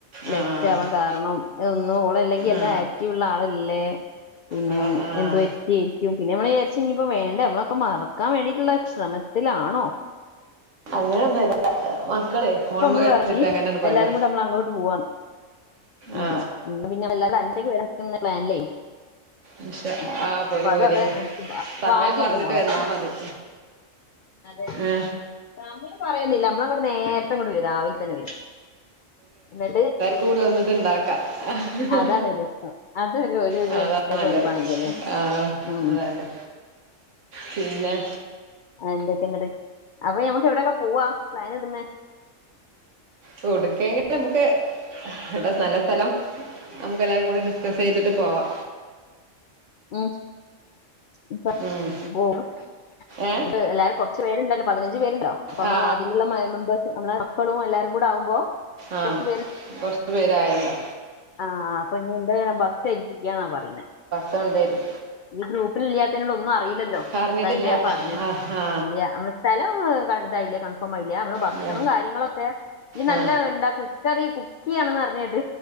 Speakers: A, on the left; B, on the right.
A: ലെഫ്റ്റ
B: ആ
A: ആവാൻ കാരണം എന്നും ഓളല്ലെങ്കി എല്ലാ
B: ആ
A: ആക്റ്റി വുള്ള ആളല്ലേ പിന്നെ
B: അതാണ് ആ
A: എന്ത് പറ്റി ക്കും പിന്നെ നമ്മള്‌ വിച്ചാരിച്ച് ഇനിയിപ്പോ വേണ്ട നമ്മളൊക് മറക്കാ വേണ്ടിട്ട്ള ശ്രമത്തിലാണോ
B: അങ്ങനെ ഒന്ന മക്കളെ
A: ഇപ്പ മ്മള് പറഞ്ഞി
B: അങ്ങനെയാണ് പോയതാ
A: എല്ലാരും കൂടെ നമ്മള് അങ്ങോട്ട് പോവാന്ന് ഉം
B: ആ
A: ഇന്ന് പിന്നെ വല്ലാതെ അൻതേക്ക് വരനിക്ക്ന്ന പ്ലാനിലെയ്
B: ഇൻഷാ
A: ഉം
B: ആ പോര്
A: അപ്പൊ അത
B: പോര്
A: എവ്ടെ അൻക്ക്
B: സമയം
A: ഭാഗ്യണ്ട്
B: പറഞ്ഞിട്ട്
A: മോളെ
B: വന്നാ
A: മ്
B: മതി
A: അതെ
B: ആ
A: സമയം പറയുന്നില്ല നമ്മള അങ്ങോട്ട് നേരത്തെ ഇങ്ങോട്ട് വെരാ രാവിൽ തെന്നെ വെരാ ഇന്ന്ട്ട്
B: കൂട് വന്നിട്ട്ണ്ടാക്ക അഹ് ഹ്
A: അതാണ് രസം അതൊരു ഒരു
B: ഹ് അതാ
A: പ്രത്യേക
B: നല്ലത്
A: വൈബാണല്ലോ അല്ലേ
B: ആഹ്
A: ഉം
B: അതന്നെ പിന്നെ
A: അന്തൊക്കെ ഇന്ന്ട്ട് അപ്പൊ ഞമ്മക്ക് എവിടെയൊക്കെ പോവാ പ്ലാൻ ഇടുന്നെ
B: കൊടുക്കേകി നമുക്ക് എടാ നല്ല സ്ഥലം നമുക്ക എല്ലാരും കൂടി ഡിസ്കസീത്ട്ട് പോവാ
A: മ് ഇപ
B: ഉം.
A: പോവാണ്
B: ഏ
A: നമ്മുക്ക് എല്ലാരും കൊറച്ച് പേരുണ്ടല്ലോ പതിനഞ്ച് പേരുണ്ടലോ അപ്പൊ നമ്മള
B: ആ
A: അതില്ള്ള മേ മെമ്പേഴ്സ് നമ്മളെ മക്കളും എല്ലാരും കൂടെ ആവുമ്പോ
B: ആഹ്
A: കുറച്ച്
B: കൊറച്ചു പേരായല്ലോ
A: ആഹ് അപ്പൊ ഇനി എന്തെയണം ബസ്സേൽപ്പിക്കാന്ന പറയിന്നെ
B: ചൊണ്ടേരും
A: ഈ ഗ്രൂപ്പിലില്ലാത്തിനൊടൊന്നു അറില്ലല്ലോ
B: പറഞ്ഞിട്ടില്ല
A: അതന്നെ ഞാൻ പറഞ്ഞത്
B: ആ ആ
A: ഇല്ല്യ സ്ഥലം കൺ ഇതായില്ലെ കൺഫോമായില്ല നമ്മളെ ഭക്ഷണോ
B: ഇല്ല.
A: കാര്യങ്ങളൊക്കെ ഇയ്യ് നല്ലാ
B: ആ
A: ഇണ്ടാക്കും ക്കുകറി കുക്കി ആണ്ന്ന് അറിഞ്ഞേട്ട്